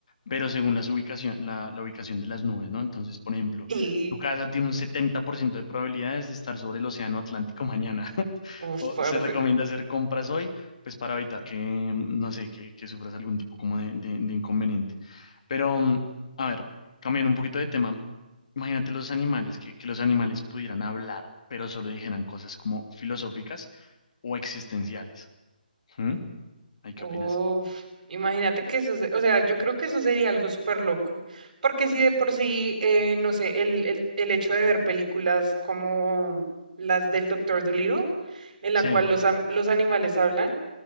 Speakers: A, on the left; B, on the right.
A: pero según las ubicación, la, la ubicación de las nubes, ¿no? Entonces, por ejemplo,
B: <laughs> Y
A: tu casa tiene un 70% de probabilidades de estar sobre el océano Atlántico mañana, <laughs>
B: Uf,
A: o
B: parce.
A: se recomienda hacer compras hoy, pues para evitar que, em, no sé, que, que sufras algún tipo como de, de- de inconveniente. Pero, mm, a ver, cambiando un poquito de tema, Imagínate los animales, que, que los animales pudieran hablar, pero solo dijeran cosas como filosóficas o existenciales. ¿Mm? ¿Ay, qué
B: Uf,
A: opinas?
B: imagínate que eso, se- o sea, yo creo que eso sería algo súper loco, porque si de por sí, eh, no sé, el, el, el hecho de ver películas como las del Doctor Dolittle, en la
A: Sí,
B: cual los, am- los animales hablan,